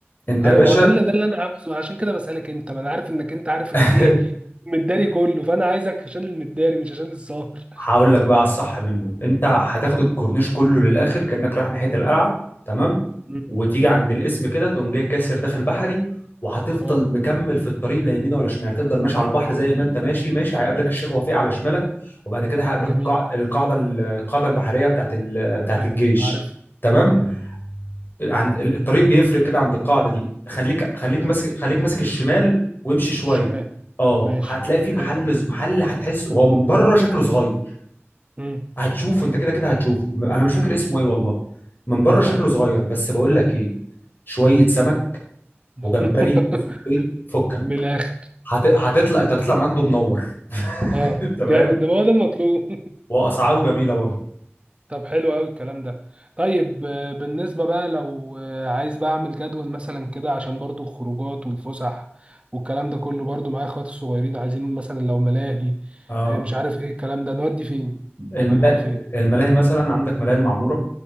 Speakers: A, on the left; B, on the right.
A: انت
B: ايوه
A: يا باشا
B: ما هو ده اللي ده اللي انا عاوزه عشان كده بسالك انت ما انا عارف انك انت عارف
A: <laughs>
B: الايه المداري كله فانا عايزك عشان المداري مش عشان الظاهر
A: هقول لك بقى على الصح منه انت هتاخد الكورنيش كله للاخر كانك رايح ناحيه القلعه تمام
B: مم.
A: وتيجي عند الاسم كده تقوم جاي كاسر داخل بحري وهتفضل
B: اه
A: مكمل في الطريق لا يمين ولا شمال هتفضل ماشي على البحر زي ما انت ماشي ماشي هيقابلك الشيخ وفيق على شمالك وبعد كده هيقابلك
B: جميل
A: القاع- القاعده القاعده البحريه بتاعت ال... بتاعت
B: ايوه
A: الجيش
B: عارف
A: تمام
B: امم
A: عند الطريق بيفرق كده عند القاعده دي خليك خليك
B: تمام
A: ماسك خليك ماسك الشمال وامشي شويه
B: الشمال
A: اه
B: ماشي
A: هتلاقي في
B: حلو
A: محل
B: أوي.
A: محل هتحس وهو من بره شكله صغير
B: امم
A: هتشوفه انت كده كده هتشوفه م- انا مش فاكر اسمه ايه والله من بره
B: اه
A: شكله صغير بس بقول لك ايه شويه
B: امم
A: سمك
B: <laughs>
A: وجمبري وصبيط فكك
B: من الاخر
A: هت... هتطلع انت هتطلع من عنده منور <laughs>
B: <laughs> اه
A: انت فاهم
B: جامد ده ما هو ده المطلوب
A: واسعاره جميله برضه
B: <laughs> طب حلو قوي الكلام ده طيب آه، بالنسبة بقى لو آه، عايز بقى اعمل جدول مثلا كده عشان برضو الخروجات والفسح والكلام ده كله برضو معايا اخواتي الصغيرين عايزين مثلا لو ملاهي
A: اه
B: آه، مش عارف ايه الكلام ده نودي فين
A: الملاهي
B: ولا نروح فين
A: الملاهي مثلا عندك ملاهي المعموره